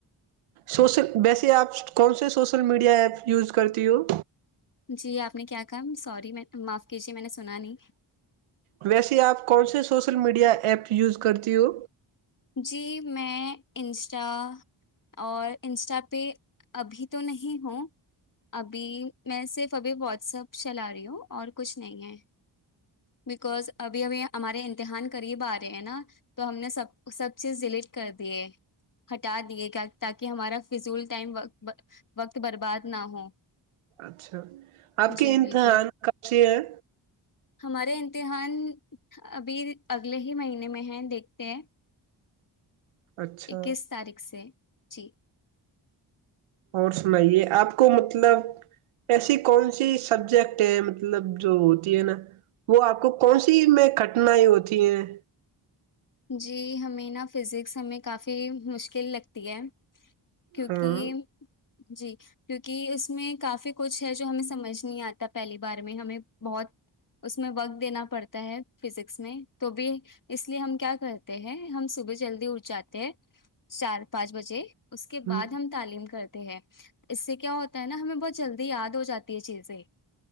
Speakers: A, on the right (about 80°); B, on the left (about 40°).
A: سوشل ویسے آپ کون سے سوشل میڈیا ایپ یوز کرتی ہو
B: جی آپ نے کیا کہا سوری میں معاف کیجیے میں نے سنا نہیں
A: ویسے آپ کون سے سوشل میڈیا ایپ یوز کرتی ہو
B: جی میں انسٹا اور انسٹا پہ ابھی تو نہیں ہوں ابھی میں صرف ابھی واٹسپ چلا رہی ہوں اور کچھ نہیں ہے بکوز ابھی ابھی ہمارے امتحان قریب آ رہے ہیں نا تو ہم نے سب سب چیز ڈیلیٹ کر دیے ہٹا دیے تاکہ ہمارا فضول ٹائم وقت برباد نہ ہو
A: اچھا آپ کے
B: جی
A: امتحان
B: بالکل
A: کب سے ہیں
B: ہمارے امتحان ابھی اگلے ہی مہینے میں ہیں دیکھتے ہیں
A: اچھا
B: اکیس تاریخ سے جی
A: اور سنائیے آپ کو مطلب ایسی کون سی سبجیکٹ ہیں مطلب جو ہوتی ہے نا وہ آپ کو کون سی میں کٹنائ ہوتی ہیں
B: جی ہمیں نا فزکس ہمیں کافی مشکل لگتی ہے کیونکہ
A: ہاں
B: جی کیونکہ اس میں کافی کچھ ہے جو ہمیں سمجھ نہیں آتا پہلی بار میں ہمیں بہت اس میں وقت دینا پڑتا ہے فزکس میں تو بھی اس لیے ہم کیا کرتے ہیں ہم صبح جلدی اٹھ جاتے ہیں چار پانچ بجے اس کے
A: ہ
B: بعد ہم تعلیم کرتے اس سے کیا ہوتا ہے نا ہمیں بہت جلدی یاد ہو جاتی ہے چیزیں